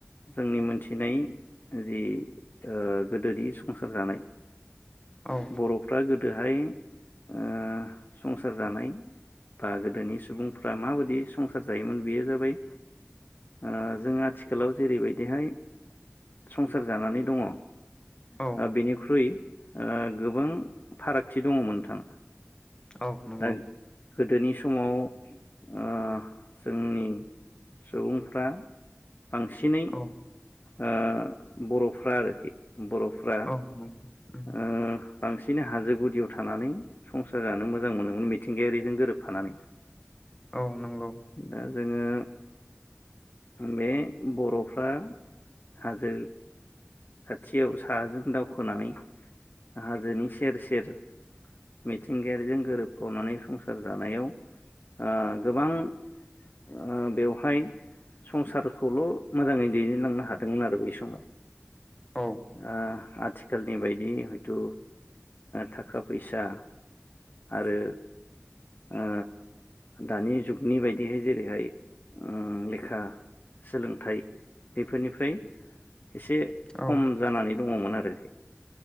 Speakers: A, on the left; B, on the left.
A: जोंनि मोन्थिनाय जि ओ गोदोनि संसार जानाय
B: औ
A: बर'फ्रा गोद दोहाय ओ संसार जानाय बा गोदोनि सुबुं फ्रा माबायदि संसार जायोमोन बेयो जाबाय ओ जों आथिखालाव जेरैबायदिहाय संसार जानानै दङ ओ
B: औ
A: बेनिख्रुय ओ गोबां फारागथि दङ नोंथां।
B: औ नंगौ।
A: दा गोदोनि समाव ओ जोंनि सुबुंफ्रा बांसिनै
B: औ
A: ओ बर'फ्रा आरोखि बर'फ्रा
B: औ नंगौ उम
A: ओ बांसिनै हाजो गुदियाव थानानै संसार जानो मोजां मोनोमोन मिथिंगायारि जों गोरोबफानानै
B: औ नंगौ
A: दा जोङो बे बर'फ्रा हाजो खाथियाव साहाजों दावखोनानै हाजोनि सेर सेर मिथिंगायारिजों गोरोबफानानै संसार जानायाव ओ गोबां ओ बेवहाय संसारखौल मोजाङै दैदेनलांनो हादोंमोन आरो बै समाव।
B: औ
A: ओ आथिखालनि बाय दि हयथ ओ थाखा फैसा आरो ओ दानि जुगनि बायदिहै जेरैहाय ओ लेखा सोलोंथाइ बेफोरनिफ्राय एसे
B: औ
A: खम जानानै दङमोन आरो।